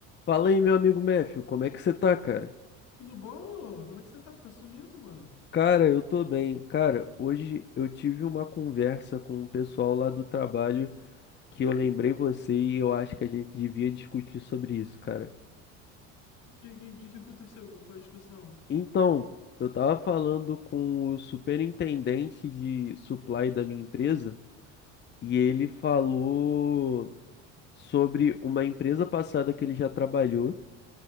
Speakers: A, on the left; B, on the left.
A: Fala aí, meu amigo Méfio, como é que você tá, cara?
B: Tudo bom, Louva? Como é que você tá? Tá sumido, mano?
A: Cara, eu tô bem. Cara, hoje eu tive uma conversa com o pessoal lá do trabalho que eu lembrei você e eu acho que a gente devia discutir sobre isso, cara.
B: O que, que, que que aconteceu? Qual foi a discussão?
A: Então, eu tava falando com o superintendente de supply da minha empresa e ele falou sobre uma empresa passada que ele já trabalhou